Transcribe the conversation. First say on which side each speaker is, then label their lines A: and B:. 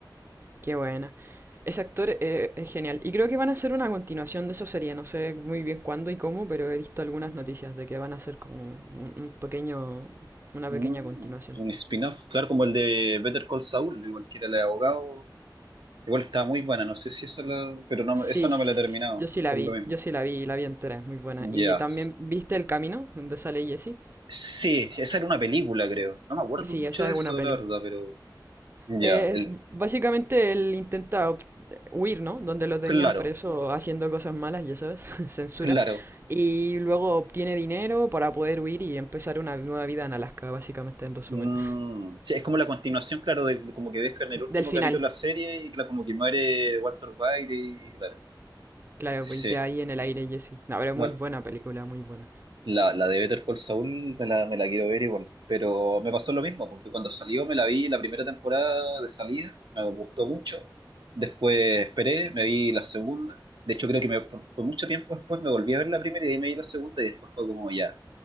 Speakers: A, on the right; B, on the right.
A: Qué buena. Ese actor eh, es genial. Y creo que van a hacer una continuación de esa serie, no sé muy bien cuándo y cómo, pero he visto algunas noticias de que van a hacer como un un pequeño, una
B: Mm,
A: pequeña continuación.
B: un spin-off, claro, como el de Better Call Saul, igual que era el de abogado, igual estaba muy buena, no sé si eso la, pero no,
A: Sí,
B: esa
A: s-
B: no me la he terminado,
A: yo sí la
B: por
A: vi,
B: lo mismo.
A: yo sí la vi, la vi entera, es muy buena. Y
B: Ya.
A: también, ¿viste El Camino, donde sale Jesse?
B: Sí, esa era una película, creo. No me acuerdo
A: Sí,
B: mucho
A: esa
B: de
A: es una
B: eso,
A: peli.
B: la verdad, pero ya,
A: Es
B: el-
A: básicamente él intenta ob- huir, ¿no? Donde lo
B: claro,
A: tenían preso haciendo cosas malas, ya sabes, <laughs> censura.
B: claro.
A: Y luego obtiene dinero para poder huir y empezar una nueva vida en Alaska, básicamente, en resumen.
B: Mm,
A: <laughs>
B: sí, es como la continuación, claro, de, de como que deja en el
A: Del
B: último
A: final,
B: capítulo la serie y claro, como que muere Walter White y, y claro.
A: claro,
B: Sí,
A: y que ahí en el aire Jesse. No, pero
B: no,
A: muy buena película, muy buena.
B: la, la de Better Call Saul me la, me la quiero ver igual, pero me pasó lo mismo, porque cuando salió me la vi la primera temporada de salida, me gustó mucho, después esperé, me vi la segunda, de hecho creo que me- por, por mucho tiempo después me volví a ver la primera y de ahí me vi la segunda y después fue como ya.